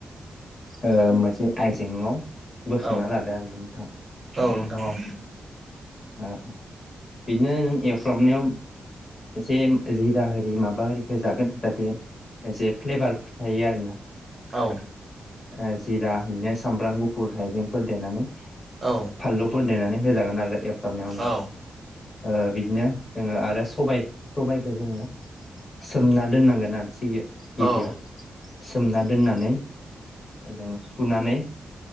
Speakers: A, on the left; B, on the right.
A: ओ मोनसे आयजेंआव बोखांना
B: औ
A: लादो आरोना नोंथां।
B: औ नोंथां औ।
A: ओ बिदिनो नों एवफ्रामनायाव एसे जिरा आरि माबा आरिखौ होजागोन जाहाथे एसे फ्लेबार थायो आरोना।
B: औ।
A: ओ जिरा बिदिनो सामब्राम गुफुर हायजेंफोर देनानै
B: औ।
A: फानलुफोर देनानै होजागोन आरो एवफ्रामनायावनो।
B: औ
A: ओ बिदिनो जोङो आरो सबायइ सबाइखौ जोङो सोमना दोननांगोन आरो सिगि गिबियाव।
B: औ
A: सोमना दोननानै जोङो ओ सुनानै